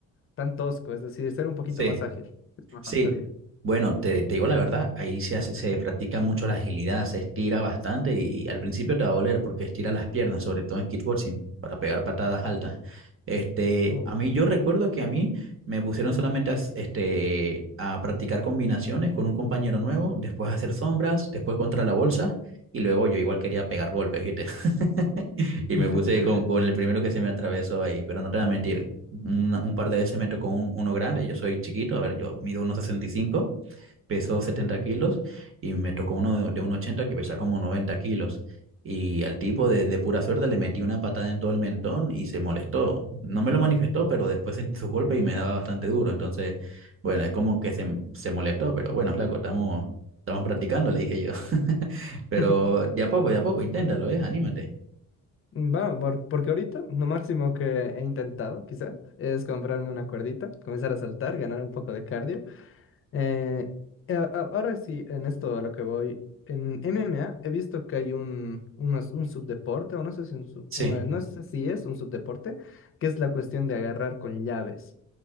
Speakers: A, on the left (about 45°); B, on the right (about 45°).
A: tan tosco, es decir, ser un poquito
B: sí.
A: más ágil. Eso me
B: Sí,
A: faltaría.
B: bueno, te, te digo la verdad, ahí se hace- se practica mucho la agilidad, se estira bastante y al principio te va a doler porque estira las piernas, sobre todo en kickboxing, para pegar patadas altas. Este,
A: Oh.
B: a mí yo recuerdo que a mí me pusieron solamente a, s- este, a practicar combinaciones con un compañero nuevo, después a hacer sombras, después contra la bolsa y luego yo igual quería pegar golpes, ¿viste? <laughs> Y
A: <laughs>
B: me puse con, con el primero que se me atravesó ahí, pero no te voy a mentir. una- un par de veces me tocó un- uno grande, yo soy chiquito, a ver, yo mido uno sesenta y cinco peso setenta
A: Mm.
B: kilos y me tocó uno de, de uno ochenta que pesa como 90 kilos. Y al tipo de, de pura suerte le metí una patada en todo el mentón y se molestó. No me lo manifestó, pero después sentí sus golpes y me daba bastante duro. Entonces, bueno, es como que se, se molestó, pero bueno, flaco, estamos, estamos practicando, le dije yo. <laughs> Pero
A: <laughs>
B: de a poco, de a poco, inténtalo, ¿eh? Anímate.
A: Mm, Va, por- porque ahorita lo máximo que he intentado, quizá, es comprarme una cuerdita, comenzar a saltar, ganar un poco de cardio. Eh, a- a- ahora sí, en esto a lo que voy, en MMA he visto que hay un, unos- un subdeporte, o no sé si, un sub-
B: Sí.
A: eh, no sé si es un subdeporte, que es la cuestión de agarrar con llaves.